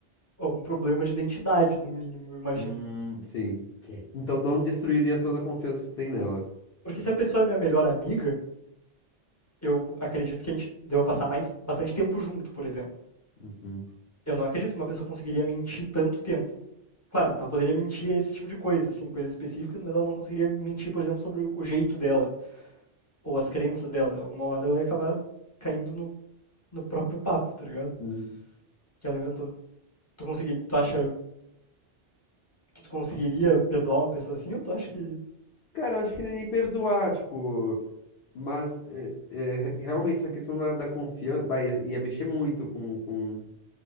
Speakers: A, on the left (about 15°); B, on the left (about 65°).
A: algum problema de identidade, no mínimo, eu imagino.
B: Hum, sim. Ok. Então não destruiria toda a confiança que tu tem nela.
A: Porque se a pessoa é minha melhor amiga, eu acredito que a gente deva passar mais bastante tempo junto, por exemplo.
B: Uhum.
A: Eu não acredito que uma pessoa conseguiria mentir tanto tempo. Claro, ela poderia mentir a esse tipo de coisa, assim, coisas específicas, mas ela não conseguiria mentir, por exemplo, sobre o jeito dela, ou as crenças dela. Alguma hora ela ia acabar caindo no, no próprio papo, tá ligado?
B: Uhum.
A: Que ela inventou. Tu, consegui, tu acha que tu conseguiria perdoar uma pessoa assim, ou tu acha que.
B: Cara, eu acho que nem nem perdoar, tipo, mas é, é, re- realmente essa questão da, da confiança, bah, ia, ia mexer muito com, com